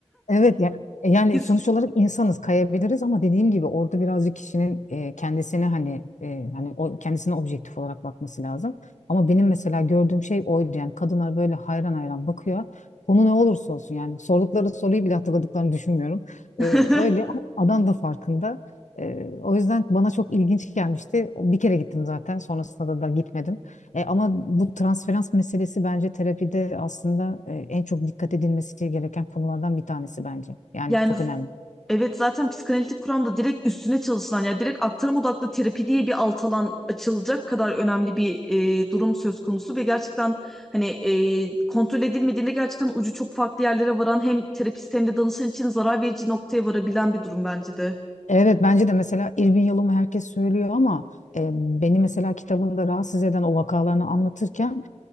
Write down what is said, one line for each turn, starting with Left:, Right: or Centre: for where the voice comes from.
Left: Evet ya, e, yani
Centre: İns-
Left: sonuç olarak insanız kayabiliriz ama dediğim gibi orada birazcık kişinin e, kendisine hani e, hani o kendisine objektif olarak bakması lazım. Ama benim mesela gördüğüm şey oydu yani kadınlar böyle hayran hayran bakıyor. Konu ne olursa olsun yani sordukları soruyu bile hatırladıklarını düşünmüyorum. E,
Centre: <laughs>
Left: öyle ama adam da farkında. E, o yüzden bana çok ilginç gelmişti. Bir kere gittim zaten sonrasında da, da gitmedim. E, ama bu transferans meselesi bence terapide aslında e, en çok dikkat edilmesi gereken konulardan bir tanesi bence. Yani
Centre: Yani
Left: çok önemli.
Centre: Evet zaten psikanalitik kuramda direkt üstüne çalışılan yani direkt aktarım odaklı terapi diye bir alt alan açılacak kadar önemli bir e, durum söz konusu ve gerçekten hani e, kontrol edilmediğinde gerçekten ucu çok farklı yerlere varan hem terapist hem de danışan için zarar verici noktaya varabilen bir durum bence de.
Left: Evet bence de mesela Irvin Yalom'u herkes söylüyor ama e, beni mesela kitabında rahatsız eden o vakalarını anlatırken